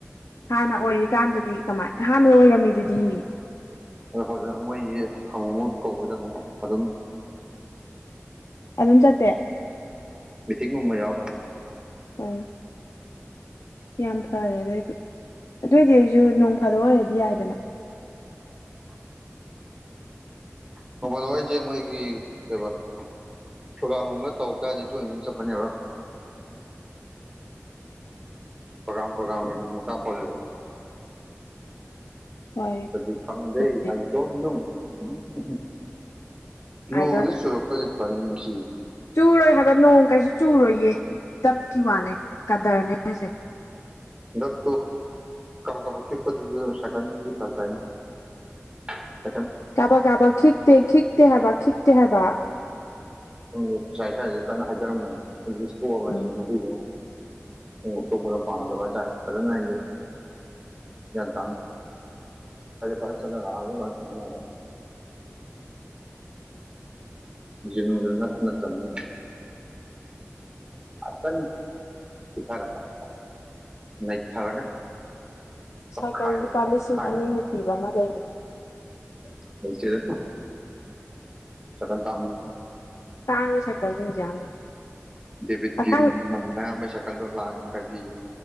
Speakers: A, on the left (about 85°); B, on the right (about 20°).
A: ꯍꯥꯟꯅ ꯑꯣꯏꯔꯤꯀꯥꯟꯗꯗꯤ ꯀꯃꯥꯏ ꯍꯥꯟꯅ ꯑꯣꯏꯔꯝꯃꯤꯗꯨꯗꯤ
B: ꯑꯗꯨ ꯍꯧꯖꯦꯛ ꯑꯃꯣꯏꯒꯤ ꯍꯪ ꯃꯨꯛ ꯀꯧꯕꯗꯪ ꯑꯗꯨꯝ
A: ꯑꯗꯨꯝ ꯆꯠꯇꯦ
B: ꯇꯤꯡꯒꯨꯝꯕ ꯌꯥꯎꯔꯀꯟꯗ ꯉ
A: ꯎꯝ ꯌꯥꯝ ꯐꯔꯦ ꯑꯗꯣꯏꯗꯤ ꯑꯗꯣꯏꯗꯤ ꯑꯩꯖꯨ ꯅꯣꯡ ꯐꯥꯗꯣꯛ ꯑꯣꯏꯔꯗꯤ ꯌꯥꯏꯗꯅ
B: ꯑ ꯅꯣꯡ ꯐꯥꯗꯣꯛ ꯍꯥꯏꯖꯦ ꯃꯣꯢꯒꯤ ꯀꯩꯕ ꯊ꯭ꯔꯣꯒꯥꯝꯒꯨꯝꯕ ꯇꯧ ꯇꯥꯔꯗꯤ ꯇꯣꯏꯅ ꯑꯗꯨꯝ ꯆꯠꯄꯅꯦꯕ ꯄꯔꯣꯒ꯭ꯔꯥꯝ ꯄ꯭ꯔꯣꯒ꯭ꯔꯥꯝꯒꯤ ꯃ ꯃꯈꯥ ꯄꯣꯜꯂꯦ
A: ꯍꯣꯏ
B: ꯑꯗꯤ ꯈꯪꯗꯦ
A: ꯑꯗꯨꯕꯨꯗꯤ
B: ꯑꯥꯏ ꯗꯣꯟ ꯅꯣ ꯎꯝ ꯎꯝꯍꯨꯝ ꯅꯣꯡꯖꯦ
A: ꯑꯗꯣ
B: ꯁꯨꯔꯛ ꯇꯔꯗꯤ ꯐꯅꯤ ꯉꯁꯤꯖꯦ
A: ꯆꯨꯔꯣꯏ ꯍꯥꯏꯕ ꯅꯣꯡ ꯀꯩꯁꯨ ꯆꯨꯔꯣꯏꯌꯦ ꯗꯕꯀꯤ ꯋꯥꯅꯦ ꯀꯗ꯭ꯔꯅꯦ ꯑꯁꯦ
B: ꯗꯕ ꯇꯣ ꯀꯕꯣ ꯀꯕꯛ ꯈꯤꯛꯄꯗꯨꯗ ꯁꯥꯏꯀꯟꯗꯤ ꯐꯔꯛ ꯇꯥꯢꯅꯤ <unintelligible>
A: ꯀꯕꯛ ꯀꯕꯛ ꯈꯤꯛꯇꯦ ꯈꯤꯛꯇꯦ ꯍꯥꯏꯕ ꯈꯤꯛꯇꯦ ꯍꯥꯏꯕ
B: ꯎꯝ ꯉꯁꯥꯏ ꯁ꯭ꯋꯥꯏꯗꯗꯤ ꯀꯟꯅ ꯍꯩꯗꯔꯝꯕꯅꯤ ꯑꯩꯗꯤ ꯇꯣꯛꯑꯕ
A: ꯎꯝ
B: ꯁꯤꯅꯤ ꯉꯁꯤꯖꯤꯃ ꯑꯣ ꯑꯇꯣꯞꯄꯗ ꯄꯥꯝꯗꯕ ꯍꯥꯏꯇꯥꯔꯦ ꯐꯖꯅ ꯍꯥꯏꯗꯤ ꯒ꯭ꯌꯥꯟꯇꯅ ꯐꯥꯆꯠꯂꯒ ꯑꯒꯨꯝꯕꯗ ꯊꯝ ꯌꯥꯕ <unintelligible> <unintelligible> ꯖꯤꯝꯖꯨ ꯅꯥꯛꯅ ꯇꯝꯅꯤ ꯑꯇꯪ ꯀꯨꯊꯔꯗꯥꯏ ꯅꯩꯊꯔꯒ ꯆꯞ
A: ꯁꯥꯏꯀꯜ
B: ꯈꯥꯏꯔꯒ
A: ꯂꯨꯄꯥ
B: ꯑꯣꯛꯈꯥꯏꯔꯒ
A: ꯂꯤꯁꯤꯡ ꯑꯅꯤꯃꯨꯛ ꯄꯤꯕ ꯑꯃ ꯂꯩꯕꯅꯦ
B: ꯂꯩꯆꯔ ꯆꯀꯟ ꯇꯥꯡꯉꯨ
A: ꯇꯥꯡꯉꯤ ꯁꯥꯏꯀꯜꯖꯤꯡꯖꯦ ꯌꯥꯝꯅ
B: ꯗꯦꯕꯤꯠꯀꯤ
A: ꯑꯉꯥꯡ
B: ꯃ ꯃꯌꯥꯝꯕꯒꯤ ꯁꯥꯢꯀꯜꯗꯨ ꯂꯥꯛꯑꯅꯤ ꯃꯈꯥꯏ ꯄꯤꯌꯦ